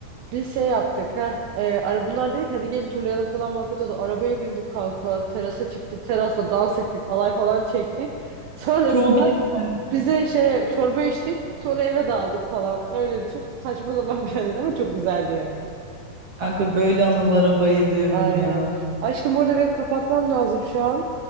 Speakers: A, on the right; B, on the right.
A: Bir şey yaptık. Heh, Eee, ara bunlar dedik hadi gelin turlayalım falan muhabbet oldu. Arabaya bindik kanka. Terasa çıktık. Terasta dans ettik. Halay falan çektik. Sonrasında
B: Çok eğlenceli.
A: bize şey çorba içtik. Sonra eve dağıldık falan. Öyleydi. Çok saçma zaman bir anıydı ama çok güzeldi yani.
B: Kanka böyle anılara bayılıyorum
A: Aynen.
B: ya.
A: Aşkım burada benim kapatmam lazım şu an.